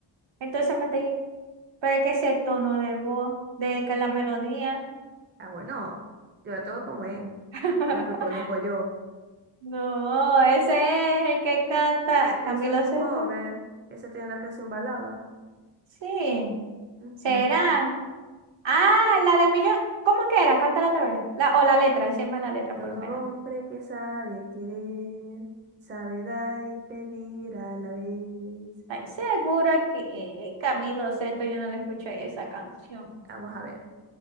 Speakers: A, on the right; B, on the right.
A: Entonces me dije, pero es que ese tono de voz, de que la melodía.
B: Ah, bueno, yo la tengo como es,
A: <laughs>
B: la que conozco yo.
A: No, ese es el que canta
B: Pero
A: Camilo
B: ese es un
A: Sesto.
B: cover, esa tiene una canción balada.
A: Sí,
B: Ujú.
A: será. Ah, la de Millón. ¿Cómo que era? Cántala otra vez. La, o la letra, decime la letra
B: Todo
A: por lo menos.
B: hombre que sabe querer, sabe dar y pedir a la vez.
A: Ay, segura que eh, Camilo Sesto yo no le escuché esa canción.
B: Vamos a ver.